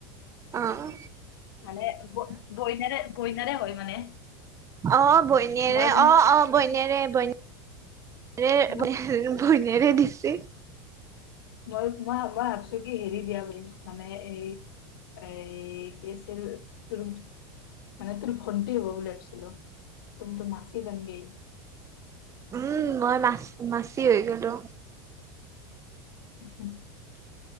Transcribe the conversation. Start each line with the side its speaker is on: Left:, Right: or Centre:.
Right: অহঁ।
Left: মানে বইনাৰে বইনাৰে হয় মানে।
Right: অ বনীয়েৰে
Left: মই বোলো
Right: অ অ বৈন- বনেৰে
Left: মোক
Right: ব বৈনিৰে দিছে।
Left: মই মই মই ভাবছো কি হেৰি দিয়া বুলি মানে এই- এই কি আছিল তোৰ- মানে তোৰ ভন্টি হব বুলি ভাবিছিলো তুমি তোৰ মাছি দংগি।
Right: উম মই মাছ মাছি হৈ গলো।
Left: <unintelligible>